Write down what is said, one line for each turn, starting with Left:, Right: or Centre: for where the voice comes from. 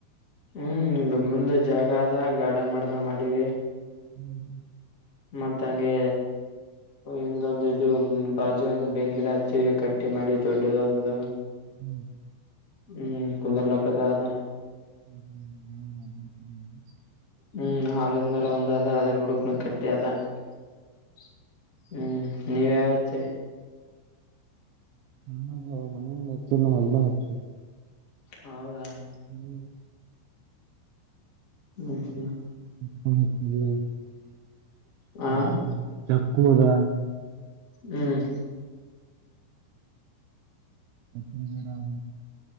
Left: ಹ್ಮ್ ಮುಂದ ಜಾಗ ಅದ ಗಾರ್ಡನ್ ಮಾಡ್ದ ಮಾಡೀ
Right: ಹ್ಮ್
Left: ಮತ್ತ ಹಂಗೆ ಇಂದೊಂದು ಇದು ಬಾಜು ಒಂದು ಬೆೇನ್ಗಿಡ ಹಚ್ಚಿ ಕಟ್ಟಿ ಮಾಡಿ ದೊಡ್ಡದಾದದು.
Right: ಹ್ಮ್
Left: ಹ್ಮ್ ಕುಂದರ್ಲಕ್ಕದ ಅದ
Right: ಹ್ಮ ಹ್ಮ ಬ
Left: ಹ್ಮ್ ಹಾಲದ್ ಮೇರ ಒಂದ್ ಅದ ಅದ ಹುಡುಕ್ನು ಕಟ್ಟ ಅದ <unintelligible> ಹ್ಮ್ ನೀವ ಯಾವತರಿ
Right: ಮನೆ ನತ ಹಲ್ ಹಸ
Left: ಹೌದಾ
Right: ಹ್ಮ್
Left: ಹ್ಮ್ ಹ್ಮ್
Right: <unintelligible>
Left: ಹ
Right: ಹ ಕೂದಾ
Left: ಹ್ಮ್
Right: ಕಚ ಬಡಬ